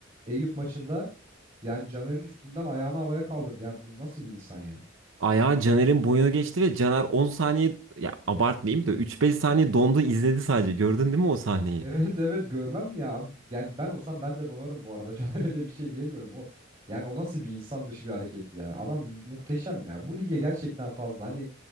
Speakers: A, on the right (about 30°); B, on the right (about 75°).
A: Eyüp maçında yani Caner'in üstünden ayağını havaya kaldırdı. Yani bu nasıl bir insan ya? <laughs>
B: Ayağı Caner'in boyuna geçti ve Caner 10 saniye ya abartmayayım da üç beş saniye dondu izledi sadece. Gördün değil mi o sahneyi?
A: Evet evet görmem mi ya abi? Yani ben olsam ben de donarım bu arada. <laughs> Caner'e de bir şey diyemiyorum. O yani o nasıl bir insan dışı bir hareket ya. Adam muhteşem ya. Bu lige gerçekten fazla. Hani